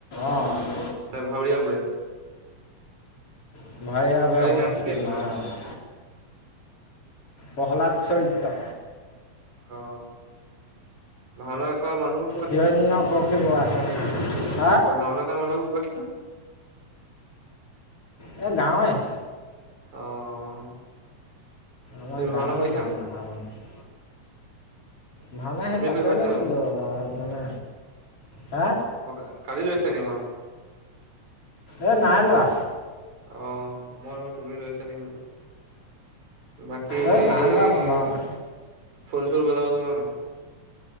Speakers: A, on the left; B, on the right.
A: অ'।
B: বে ভাওৰীয়া বোৰে?
A: ভাউৰীয়া সকলে সংস্কৃত
B: কালি নামটো
A: মাৰে
B: কি আছিলে
A: অ'।
B: মানুহৰ?
A: <inaudible> প্ৰহ্লাদ চৰিত্ৰ
B: অ 'ভাওনা কৰা মানুহ
A: হিৰণ্য <unintelligible>
B: ত ভওনা কৰা মানুহবোৰ কৰ আছিলে
A: এ গাঁৱয়ে
B: অ'।
A: আমাৰ
B: তুমি
A: গাঁৱৰে
B: কৰিছা
A: ভাওনা
B: নাই?
A: কৰা মানুহ। ভাওনা
B: তুমি
A: সেই তাতে
B: কৰি পাইছা
A: লৈছিলোঁ
B: নাই ভাওনা?
A: অলপ। মানে হে
B: অ' কা কালি লৈছিলে নি ভাওন?
A: এই নাই লোৱা।
B: অ মই লগত তুমিও লৈছা নি বোলো বাকী এনে
A: এই
B: হেৰি
A: নাই লোৱা মই ভাওনা
B: খোল চোল বজাব জানা নাই?